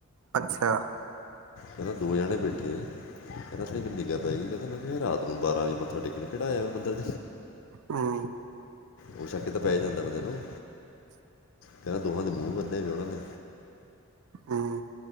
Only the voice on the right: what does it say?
ਅੱਛਾ
ਹਮ
ਹਮ